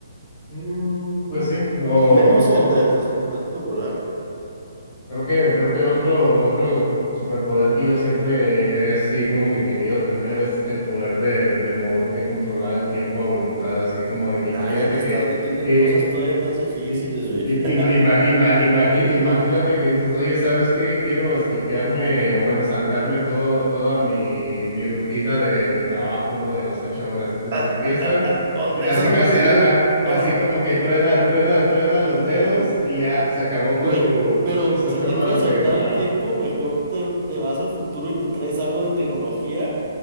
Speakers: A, on the left; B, on the right.
A: mm, pues sí, o,
B: Menos que teletransportarte
A: o-
B: o volar.
A: Creo que, creo que otro, otro superpoder que yo siempre he así como que querido tener es el poder de, de, mover- de controlar el tiempo a voluntad, así como de que
B: Ah,
A: imagínate
B: ya te estás
A: que
B: metiendo
A: eh,
B: en cosas todavía
A: eh,
B: más difíciles,
A: eh,
B: güey.
A: im- ima-
B: <laughs>
A: ima- ima- imagi- imagínate que dices, oye, ¿sabes qué? Quiero esquipearme o bueno, saltarme todo, toda mi, mi rutina de, de trabajo, ¿no? De las ocho horas. Entonces
B: Ah,
A: empieza.
B: ah, ah, ah, oh, eso
A: Así,
B: es lo que
A: así,
B: te
A: a-
B: digo.
A: a-
B: No,
A: Así
B: va.
A: como que truena, truena, truena los dedos y ya, se acabó
B: Güey,
A: tu,
B: pero
A: tus ocho
B: si te
A: horas
B: puedes saltar
A: de, de trabajo.
B: el tiempo, mejor te, te vas al futuro y te traes algo de tecnología